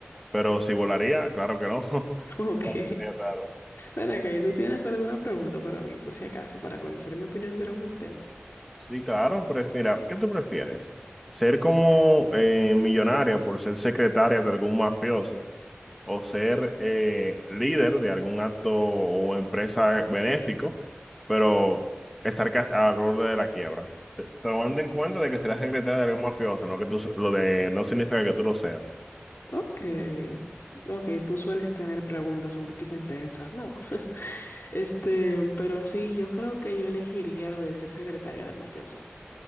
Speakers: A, in the centre; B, on the left (about 65°).
A: pero si volaría, claro que no. <laughs>
B: <laughs> Ok.
A: No, claro.
B: Ven acá, ¿y tú tienes alguna pregunta para mí, por si acaso, para conocer mi opinión de algún tema?
A: Sí, claro, pero mira, ¿qué tú prefieres? ¿Ser como eh, millonaria por ser secretaria de algún mafioso o ser eh, líder de algún acto o empresa benéfico, pero estar ca- al borde de la quiebra? Te- Tomando en cuenta de que serás secretaria de algún mafioso, no que tú, s- lo de no significa que tú lo seas.
B: Ok, ok, tú sueles tener preguntas un poquito intensas, ¿no? <laughs> Este, pero sí, yo creo que yo elegiría lo de ser secretaria del mafioso.